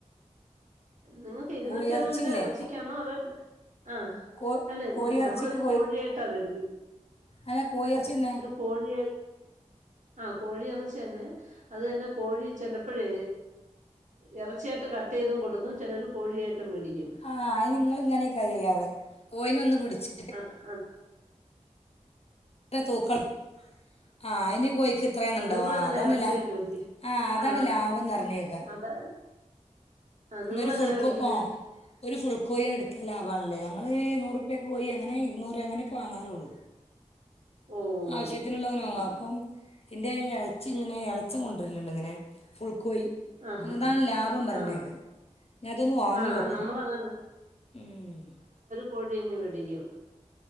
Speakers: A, on the right; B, on the left.
A: നിങ്ങക്ക് ഇരുന്നൂറ്റി
B: കോഴിയിറച്ചിയല്ലേ
A: അറുപത് രൂവ ഇറച്ചിക്കാണോ അതോ ആഹ്
B: കോ
A: അല്ല
B: കോഴിയിറച്ചിക്ക്
A: നമ്മളൊരു കോഴിയായിട്ടാ വേടിക്കണത്
B: അ കോയി ഇറച്ചിന്നെ
A: കോഴി ആ കോഴിയിറച്ച തന്നെ അ തന്നെ കോഴി ചെല പ്പഴേ ഇറച്ചിയായിട്ട് കട്ട് ചെയ്തും കൊടുക്കും ചിലര് കോഴിയായിട്ടും മേടിക്കും
B: ആ അയിനനിങ്ങ ഇങ്ങനെയൊക്കാ ചെയ്യാറ് കോയിന ഒന്ന് പിടിച്ച്
A: ആ ആം
B: ഇ തൂക്കം ആഹ് ഇനി കോയിക്ക് ഇത്രയാന്നണ്ടാവോ
A: ആ നിങ്ങളെങ്ങനെ
B: അതന്നല്ല
A: ഇറച്ചിയായിട്ട് മേടിക്കും?
B: ആഹ് അതാണ്
A: ആ
B: ലാഭംന്നർഞ്ഞേക്ക
A: അതാ
B: ഇന്നൊരു
A: നിങ്ങളെങ്ങനെയാ
B: ഫുൾക്ക്
A: മേടിക്കുന്നെ?
B: ആ ഒരു ഫുൾ കോയ എടുത്ത ലാഭ ആണല്ല ഞങ്ങൾ നൂറുപ്പൊക്ക കോയി അങ്ങനെ ഇുന്നൂറ് രൂപ അങ്ങനെയൊക്കെ വാങ്ങാറുള്ളൂ
A: ഓ
B: ആവശ്യത്തിനുള്ളവനാ
A: ആഹാ
B: അപ്പം ഇൻ്റെ ഇളച്ച ഇങ്ങനെ ഇളച്ചം കൊണ്ടർൽണ്ട് ഇങ്ങനെ ഫുൾക്കോയി
A: ആഹാ
B: അങ്ങതാണ് ലാഭം പറഞ്ഞ
A: ആ
B: കേക്ക ഞാൻ അതൊന്ന് വാങ്ങി
A: ആ
B: നോക്കണം
A: നമ്മളങ്ങനെ
B: ഉം
A: പൊഴിഞ്ഞു പിടിക്കും